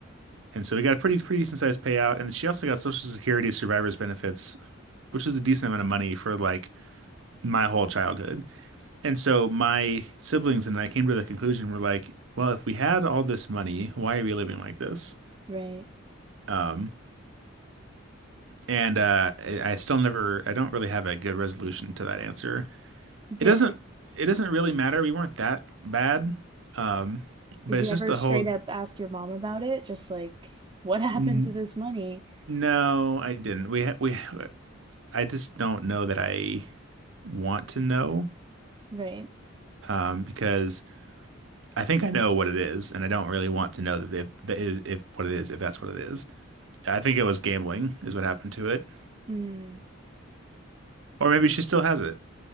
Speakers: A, on the right; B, on the right.
A: and so we got a pretty pretty decent sized payout and she also got social security survivors benefits which was a decent amount of money for like my whole childhood and so my siblings and i came to the conclusion we're like well if we had all this money why are we living like this
B: Right.
A: um and uh i I still never i don't really have a good resolution to that answer
B: Did
A: It doesn't it doesn't really matter. We weren't that bad. Um, but
B: did
A: it's
B: you
A: just
B: ever
A: the
B: straight
A: whole
B: up ask your mom about it? Just like, what <laughs> happened
A: n-
B: to this money?
A: no, I didn't. We ha- we I just don't know that I want to know
B: Right.
A: um because I think I know what it is and I don't really want to know that if, that it, if what it is if that's what it is. I think it was gambling is what happened to it.
B: Mm,
A: Or maybe she still has it.